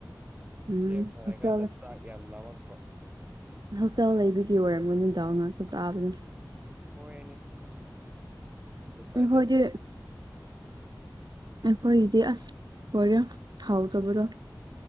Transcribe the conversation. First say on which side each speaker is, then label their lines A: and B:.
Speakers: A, on the right; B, on the right.
A: ꯎꯝ
B: ꯒꯦꯝ ꯁꯥꯟꯅꯩꯀꯥꯟꯗ
A: ꯍꯣꯁꯇꯦꯜ
B: ꯆꯥꯛ ꯌꯥꯝ ꯂꯥꯝꯃꯛꯄ
A: ꯍꯣꯁꯇꯦꯜ ꯂꯩꯕꯒꯤ ꯑꯣꯏꯔꯝꯒꯅꯤ ꯗꯥꯜ ꯉꯥꯛꯇ ꯆꯥꯕꯗꯣ
B: ꯍꯣꯏꯅꯦ ꯀꯔꯤ ꯎꯄꯥꯢ
A: ꯑꯩꯈꯣꯏꯗꯤ
B: ꯂꯩ
A: ꯑꯈꯣꯏꯒꯤꯗꯤ ꯑꯁ ꯂꯣꯢꯔꯦ ꯍꯥꯎꯇꯕꯗꯣ